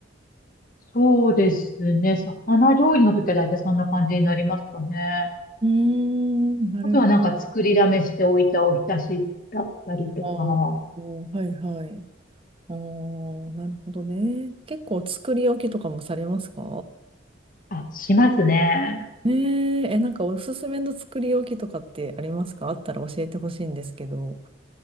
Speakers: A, on the left (about 45°); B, on the right (about 30°).
A: そうですね。魚料理の時は大体そんな感じになりますかね。
B: ーん、なるほ
A: あとはなんか作りだめしておいたおひたしだったりとか。
B: ど。あーはいはい。あーなるほどね。結構作り置きとかもされますか
A: あ、しますね。
B: ねえ、え、なんかおすすめの作り置きとかってありますかあったら教えてほしいんですけど。